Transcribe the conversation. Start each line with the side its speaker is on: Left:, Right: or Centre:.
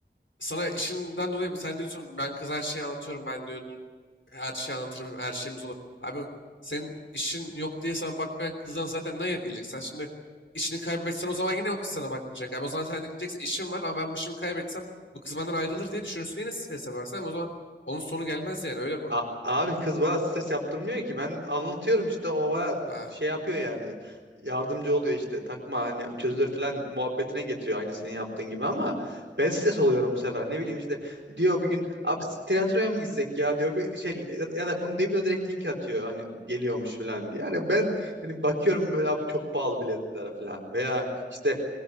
Left: sana işinden dolayı sen diyorsun ben kız her şeyi anlatıyorum ben diyordun her şeyi anlatırım her şeyimiz olur. Abi senin işin yok diye sana bakmayan kızdan zaten ne gelecek? Sen şimdi işini kaybetsen o zaman yine o kız sana bakmayacak. Abi o zaman sen diyeceksin işim var ama ben bu işimi kaybetsem bu kız benden ayrılır diye düşünürsün yine strese varsan o zaman onun sonu gelmez yani öyle bak.
Right: A- abi kız bana stres yaptırmıyor ki. Ben anlatıyorum işte o bana
Left: Ha,
Right: şey yapıyor yani. Yardımcı oluyor işte. Takma hani çözülür falan muhabbetine getiriyor aynı senin yaptığın gibi ama ben stres oluyorum bu sefer. Ne bileyim işte diyor bir gün abi tiyatroya mı gitsek ya diyor bir şey ya da, ya da bunu demiyor direkt link atıyor hani geliyormuş falan diye. Yani ben hani bakıyorum böyle abi çok pahalı biletler falan veya işte